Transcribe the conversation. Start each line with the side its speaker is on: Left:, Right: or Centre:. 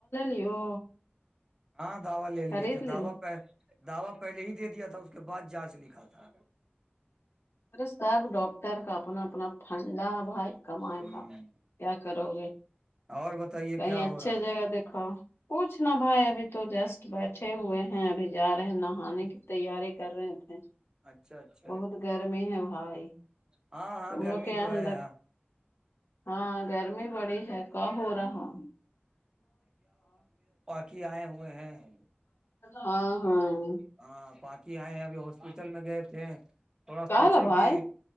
Left: لیو
Right: ہاں دعوا لے
Left: خرید
Right: لیے تھے
Left: لیو
Right: دوا پ <unintelligible> دعوا پہلے ہی دے دیا تھا اس کے بعد جانچ لکھا تھا
Left: ارے سب ڈاکٹر کا اپنا اپنا فھنڈابھائی <unintelligible> کمائے
Right: ہ
Left: کا کیا کرو گے
Right: اور بتائیے
Left: کہیں
Right: کیا ہو
Left: اچھے
Right: رہا
Left: جگہ
Right: ہے
Left: دکھاؤ کچھ نہ بھائی ابھی تو جسٹ بیٹھے ہوئے ہیں ابھی جا رہے ہیں نہانے کی تیاری کر رہے تھے
Right: اچھا اچھا
Left: بہت گر میں ہی ہے بھائی
Right: ہاں ہاں
Left: تم
Right: گرمی
Left: لوگ کیا
Right: تو
Left: انندک
Right: ہے ہاں
Left: ہاں گرمی بڑی ہے کا ہو رہا
Right: کی آئے ہوئے ہیں <unintelligible>
Left: ہاں ہاں
Right: ہاں بااکی آئے ابھی ہاسپٹل میں گئے تھے تھوڑا
Left: کہلا
Right: سوچے
Left: بھائی
Right: کہ